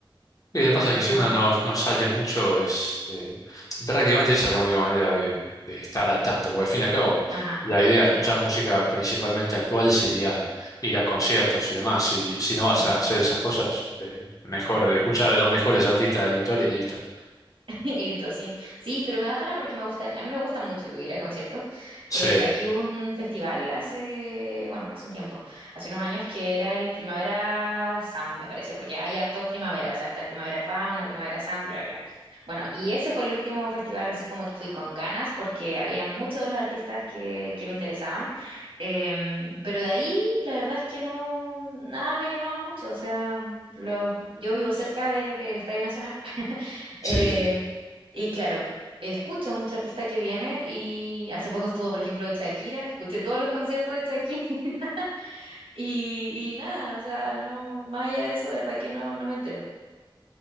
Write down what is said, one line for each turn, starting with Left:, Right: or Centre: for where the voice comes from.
Left: Y lo que pasa
Right: Pero
Left: es que si
Right: no,
Left: uno no, no sale mucho, es eh, prácticamente esa es la única manera de, de estar a tanto, porque al fin y al cabo
Right: ajá,
Left: la idea de
Right: sí,
Left: escuchar música principalmente actual sería ir a conciertos y demás. Si, si no vas
Right: sí.
Left: a hacer esas cosas, eh, mejor escuchar a los mejores artistas de la historia y listo.
Right: <laughs> Y listo, sí. Sí, pero me da pena porque me gusta, a mí me gusta mucho ir a conciertos.
Left: Sí,
Right: Eh, aquí hubo un festival hace, bueno, hace un tiempo, hace unos años que era el Primavera Sound, me parece, porque hay hartos primavera, o sea, está el Primavera Fauna, Primavera Sound, bla, bla, bla. Bueno, y ese fue el último festival así como que fui con ganas porque había muchos de los artistas que, que me interesaban, Em, pero de ahí la verdad es que no, nada me llamaba mucho, o sea, los, yo vivo cerca de- del Estadio Nacional. <laughs>
Left: sí, sí.
Right: Y claro, escucho mucho artista que viene y hace poco estuvo, por ejemplo, Shakira, escuché todos los conciertos de Shakira <laughs> y, y nada, o sea, no, más allá de eso, de verdad que no, no me entero.